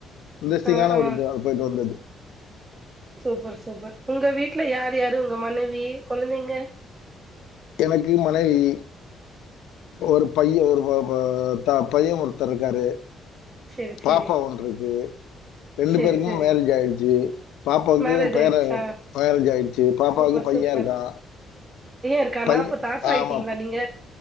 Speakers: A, on the left (about 85°); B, on the right (about 25°).
A: இந்தஸ்டிங்கான
B: ஆ
A: ஒரு
B: ஆ
A: இது அது போயிட்டு வந்தது
B: சூப்பர் சூப்பர் உங்க வீட்டுல யார் யாரு உங்க மனைவி கெழந்தைங்க
A: எனக்கு மனைவி ஒரு பையன் ஒரு ப பா த பையன் ஒருத்தர் இருக்காரு
B: செரி செரி
A: பாப்பா ஒன்று இருக்கு ரெண்டு
B: செரி
A: பேருக்கும்
B: செரி
A: மேரேஜ் ஆயிடுச்சு பாப்பாவுக்கு
B: மேரேஜ்
A: பேரே
B: ஆயிடுச்சா
A: மேரேஜ் ஆயிடுச்சு பாப்பாவுக்கு
B: சூப்பர்
A: பையன்
B: சூப்பர்
A: இருக்கான்
B: இருக்கானா
A: பைய
B: அப்ப தாத்தா ஆயிட்டீங்களா
A: ஆமா
B: நீங்க